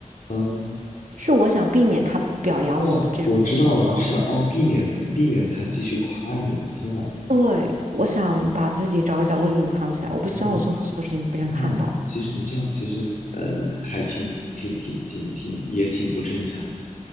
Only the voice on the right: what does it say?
是我想避免他表扬我的这种情况发生。
对，我想把自己找个角落隐藏起来，我不希望我做的所有事情被人看到。